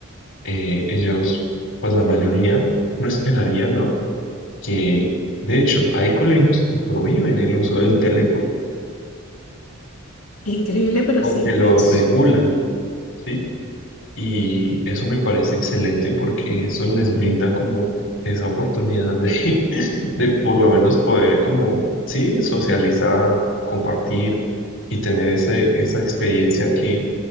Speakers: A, on the left (about 60°); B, on the left (about 80°).
A: eh, ellos, pues la mayoría, no esperaría, ¿no? Que, de hecho, hay colegios que prohíben el uso del teléfono
B: Increíble, pero
A: o
B: sí,
A: que lo
B: es
A: regulan, ¿sí? Y eso me parece excelente porque eso les brinda como esa oportunidad de, <laughs> de por lo menos poder como, sí, socializar, compartir y tener ese, esa experiencia que